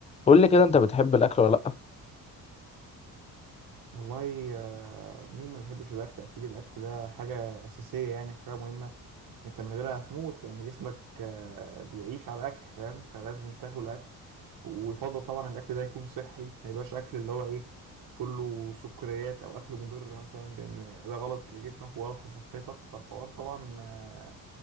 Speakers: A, on the left (about 20°); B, on the right (about 65°).
A: قول لي كده انت بتحب الاكل ولا لا
B: والله آه، مين ما بيحبش الاكل اكيد الاكل ده حاجه اساسيه يعني وحاجه مهمه انت من غيرها هتموت لان جسمك آه، بيعيش على الاكل فاهم فلازم تاكل اكل ويفضل طبعا الاكل ده يكون صحي ما يبقاش اكل اللي هو ايه كله سكريات او اكل مضر مثلا لان ده غلط لجسمك وغلط لصحتك فالحوار طبعا آه،